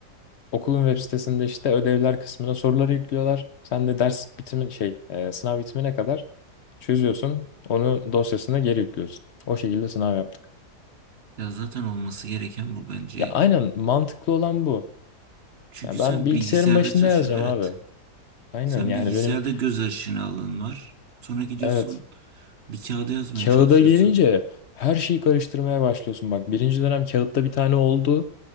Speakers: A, on the left; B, on the right.
A: Okulun web sitesinde işte ödevler kısmına soruları yüklüyorlar. Sen de ders bitimin şey e, sınav bitimine kadar çözüyorsun. Onu dosyasına geri yüklüyorsun. O şekilde sınav yaptık.
B: Ya zaten olması gereken bu bence.
A: Ya aynen mantıklı olan bu.
B: Çünkü
A: Ya
B: sen
A: ben bilgisayarın
B: bilgisayarda
A: başında
B: çalışıyorsun.
A: yazacağım abi.
B: Evet.
A: Aynen
B: Sen
A: yani
B: bilgisayarda
A: benim
B: göz aşina alın var. Sonra gidiyorsun
A: evet
B: bir kağıda yazmaya
A: kağıda
B: çalışıyorsun.
A: gelince her şeyi karıştırmaya başlıyorsun. Bak birinci dönem kağıtta bir tane oldu.